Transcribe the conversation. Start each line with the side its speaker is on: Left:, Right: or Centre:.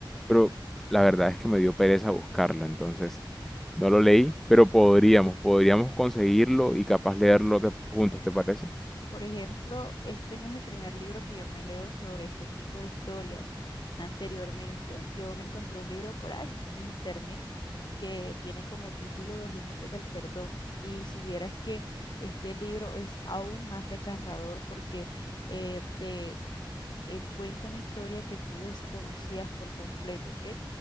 Centre: Pero la verdad es que me dio pereza buscarlo, entonces no lo leí, pero podríamos, podríamos conseguirlo y capaz leerlo de- juntos, ¿te parece?
Left: Por ejemplo, este no es el primer libro que yo me leo sobre este tipo de historias. Anteriormente, yo me encontré un libro por ahí <laughs> en internet que tiene como título Los límites del perdón. Y si vieras que este libro es aún más desgarrador porque eh, te eh, cuenta una historia que tú desconocías por completo, ¿ok?